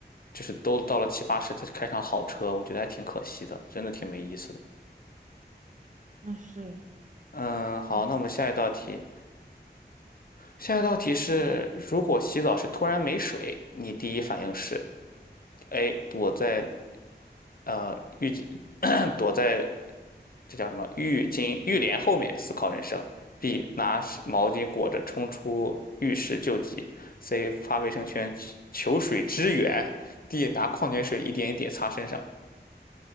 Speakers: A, on the left (about 55°); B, on the right (about 45°).
A: 就是都到了七八十才开上好车，我觉得还挺可惜的，真的挺没意思的。
B: 那是，
A: 嗯，好，
B: 嗯，
A: 那我们下一道题，下一道题是，如果洗澡时突然没水，你第一反应是？A 躲在呃浴巾，嗯躲在这叫什么浴巾浴帘后面思考人生；B 拿湿毛巾裹着冲出浴室救急；C 发卫生圈求求水支援；D 拿矿泉水一点一点擦身上。